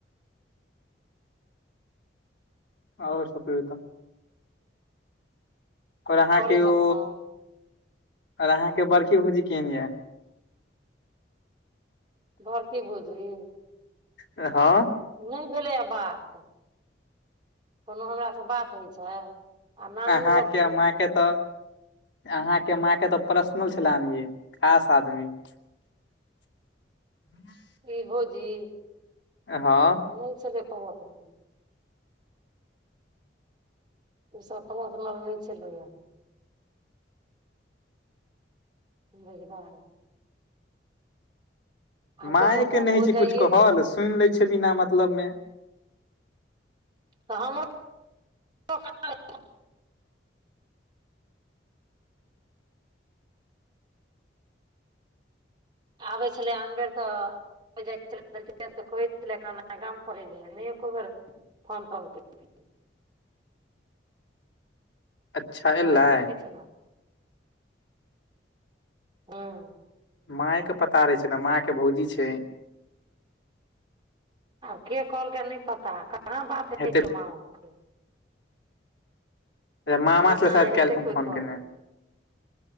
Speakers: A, on the left; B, on the right.
A: आओर सभ कहियो तऽ। और अहाँ
B: करै
A: के
B: छह
A: ओ,
B: फोन
A: और अहाँ के बड़की भौजी केहन यऽ।
B: बड़की भौजी।
A: ए हँ।
B: नइ भेलैए बात, कोनो हमरासँ बात होइ छै? आ नानियो
A: अहाँ
B: लग
A: के माँ के तऽ अहाँ के माँ के तऽ पर्सनल छलऽ अनये, खास आदमी। <inaudible>
B: इहो जी।
A: ए हँ।
B: नइ छलै <unintelligible> उ सभ पर्सनल नइ छलै यऽ। <unintelligible> आब
A: माय
B: देखहक
A: के नहि
B: भौजाइये
A: हइ छै कुछ कहल, सुइन लै छै बिना मतलब मे।
B: हँ मो- <inaudible> आबै छलै आनबेर तऽ <unintelligible> गाम पर एलै या नै एकोबेर- फोन तोन केल-
A: अच्छा
B: माय
A: एलै
B: एतेै छेल्ला। हँ।
A: माय के पता रहै छै ने माँय के भौजी छै।
B: आब के कहलकै नय पता कहाँ बात होइ
A: हेते
B: छै माँ ओ के-
A: मामा
B: नहि
A: से शयद
B: हेतै
A: कैलखुन
B: कोइ
A: फोन
B: कहने
A: केने।